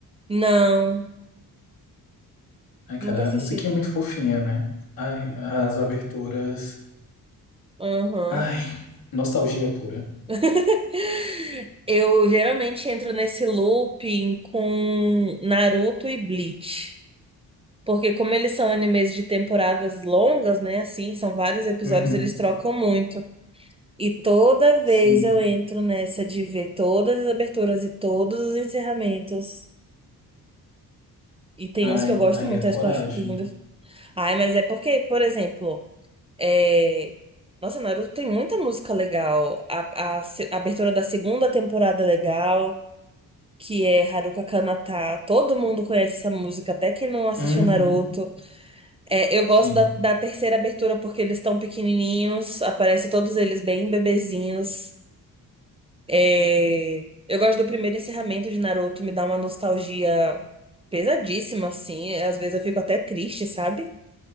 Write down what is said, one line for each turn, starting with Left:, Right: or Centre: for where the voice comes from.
Right: não,
Left: Ai, cara,
Right: nunca assisti.
Left: a musiquinha é muito fofinha, né? Ai, as aberturas.
Right: Aham.
Left: Ai, nostalgia pura.
Right: <laughs> Eu geralmente entro nesse looping com Naruto e Bleach. Porque como eles são animes de temporadas longas, né? Assim, são vários episódios,
Left: uhum,
Right: eles trocam muito. E toda vez
Left: Sim.
Right: eu entro nessa de ver todas as aberturas e todos os encerramentos. E tem uns
Left: Ai,
Right: que eu gosto
Left: ai,
Right: muito,
Left: a
Right: acho
Left: coragem.
Right: que eu acho lindo. Ai, mas é porque, por exemplo, é... Nossa, Naruto tem muita música legal. A, a se- a abertura da segunda temporada é legal, que é Haruka Kanata. Todo mundo conhece essa música, até quem não assistiu
Left: uhum.
Right: Naruto. É, eu gosto
Left: Sim.
Right: da, da terceira abertura porque eles estão pequenininhos, aparece todos eles bem bebezinhos. É, Eu gosto do primeiro encerramento de Naruto, me dá uma nostalgia pesadíssima, assim. Às vezes eu fico até triste, sabe?